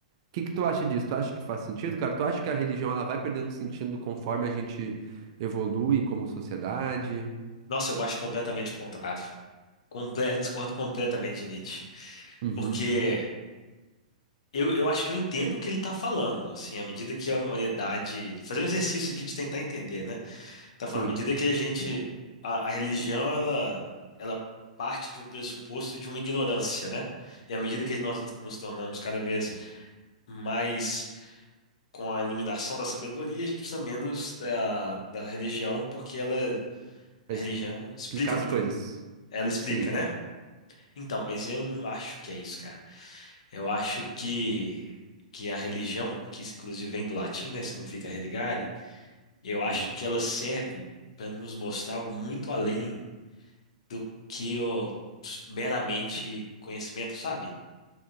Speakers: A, on the right (about 40°); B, on the left (about 55°).
A: O que que tu acha disso? Tu acha que faz sentido, cara? Tu acha que a religião ela vai perdendo sentido conforme a gente evolui como sociedade?
B: Nossa, eu acho completamente o contrário. Comple- eu discordo completamente de Nietzsche.
A: Uhum,
B: Porque eu, eu acho que eu entendo o que ele tá falando, assim, à medida que a humanidade. Fazer um exercício aqui de tentar entender, né? Tá
A: sim.
B: falando, à medida que a gente. A, a religião, ela, ela parte de um pressuposto de uma ignorância, né? E à medida que nós nos nos tornamos cada vez mas com a iluminação da sabedoria, a gente precisa menos da, da religião, porque ela,
A: Pra
B: a religião
A: explicar
B: explica
A: as
B: muita.
A: coisas.
B: Ela explica,
A: Sim.
B: né? Então, mas eu não acho que é isso, cara. Eu acho que, que a religião, que inclusive vem do latim, né? Significa religare, eu acho
A: Uhum.
B: que ela serve para nos mostrar algo muito além do que o meramente conhecimento, sabe?